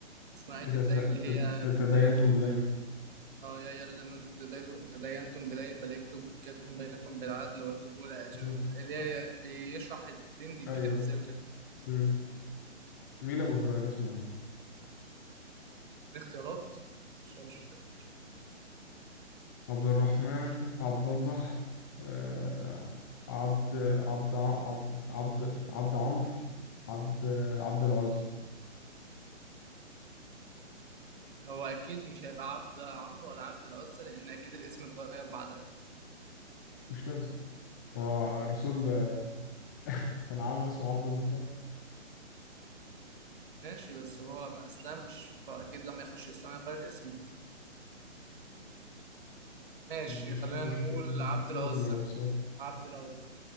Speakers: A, on the right; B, on the left.
A: اسمها
B: إذا
A: آية الدين اللي
B: تد-
A: هي
B: تد- تداينتم
A: بدايته من-
B: بدين
A: اه يا أيها الذين آمنوا تداينتم بدين فليكتب كاتب بينكم بالعدل واكتبوا إلى آخر
B: بالظبط
A: اللي هي بيشرح الدين دي يتكتب
B: أيوه
A: ازاي وكده.
B: مم. مين أبو هريرة اسمه إيه؟
A: الاختيارات عشان مش فاكر
B: عبد الرحمن عبد الله آه عبد عبد ع- عبد عبد عبد عمرو عبد عبد العزى
A: هو اكيد مش هيبقى عبد عمرو ولا عبد العزة لان اكيد الاسم اتغير بعدها
B: مش لازم هو الرسول آه، كان عمه اسمه عبد المطلب
A: ماشي بس هو ما اسلمش فاكيد لما يخش الاسلام هيغير اسمه ماشي
B: مش
A: خلينا
B: مش
A: نقول
B: مش
A: عبد
B: لازم
A: العزة
B: أو السؤال
A: عبد العزة